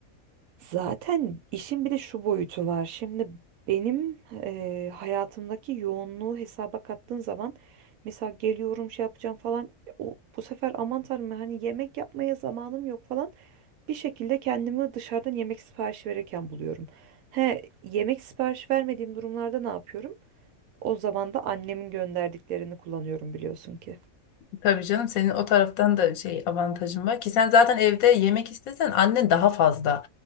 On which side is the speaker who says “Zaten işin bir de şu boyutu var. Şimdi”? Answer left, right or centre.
Right